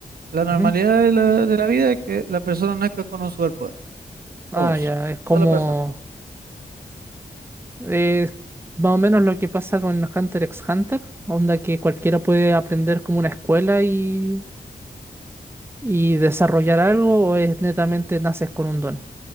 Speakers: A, on the right (about 80°); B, on the right (about 15°).
A: la normalidad
B: Ujú.
A: de la, de la vida es que la persona nazca con un superpoder,
B: Ah,
A: todos,
B: ya, es como...
A: todas las personas.
B: Es más o menos lo que pasa con Hunter x Hunter, onda que cualquiera puede aprender como una escuela y, y desarrollar algo, o es netamente naces con un don.